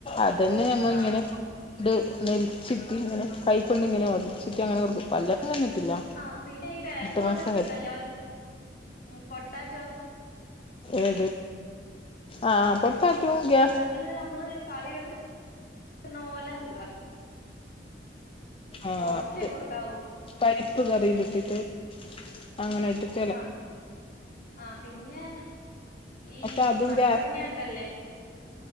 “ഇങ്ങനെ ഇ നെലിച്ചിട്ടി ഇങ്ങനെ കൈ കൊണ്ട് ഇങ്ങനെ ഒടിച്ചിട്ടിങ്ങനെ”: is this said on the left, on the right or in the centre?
Left